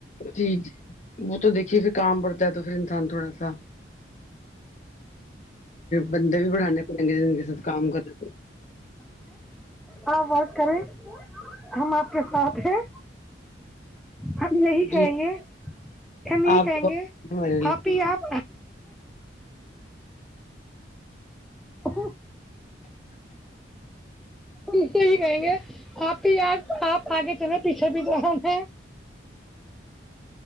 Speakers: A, on the left; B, in the centre.
A: جی ج وہ تو دیکھیے پھر کام پڑتا ہے تو پھر انسان تھوڑا سا بندے بھی بڑانے پڑینگے ساتھ کام کر <unintelligible>
B: ہاں وورک کریں <unintelligible> <unintelligible> ہم آپ کے ساتھ ہیں ہم یہی
A: جی
B: کہیں گے ہم یہی
A: آپ
B: کہیں
A: تو بہت
B: گے
A: ہمارے لیے
B: آپ ہی آپ <inaudible> <inaudible> سے ہی رہیں گے آپ کی یاار آپ آگے چلیں پیچھے بھی گر ہم ہیں <unintelligible>